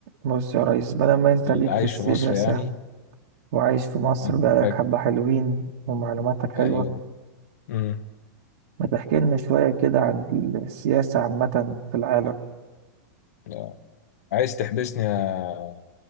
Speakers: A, on the right (about 60°); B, on the left (about 60°).
A: بص يا ريس بدل ما انت
B: اللي
A: ليك
B: عايش
A: في السياسة
B: في مصر يعني
A: وعايش في مصر
B: عاجبك
A: بقالك حبة حلوين ومعلوماتك حلوة
B: ايوه امم
A: ما تحكي لنا شوية كده عن السياسة عامة في العالم
B: آه. عايز تحبسني يا